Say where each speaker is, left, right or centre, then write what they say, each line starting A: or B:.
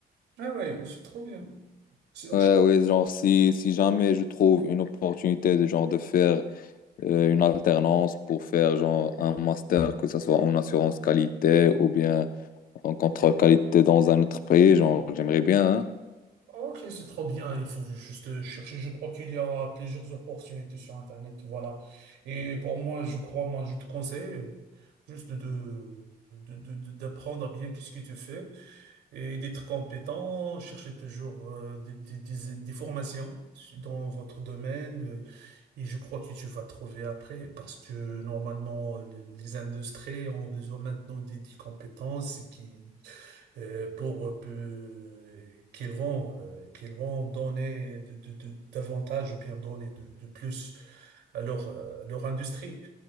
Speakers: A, on the right (about 80°); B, on the left (about 55°).
A: Ah ouais, c'est trop bien. C'est-
B: Ouais, oui, genre, si, si jamais je trouve une opportunité de genre de faire euh, une alternance pour faire genre un master, que ce soit en assurance qualité ou bien en contrôle qualité dans un autre pays, genre, j'aimerais bien, hein.
A: Ok, c'est trop bien. Il faut juste chercher. Je crois qu'il y a plusieurs opportunités sur Internet. Voilà. Et pour moi, je crois, moi, je te conseille euh, juste de, de- de- de- d'apprendre bien qu'est-ce que tu fais et d'être compétent, chercher toujours euh, des, des, des- des formations dans votre domaine. euh, Et je crois que tu vas trouver après parce que normalement, les les industries ont besoin maintenant des, des compétences qui euh, pour peu- qu'ils vont euh, qu'ils vont donner de, de- de- davantage ou bien donner de, de plus à leur euh, à leur industrie.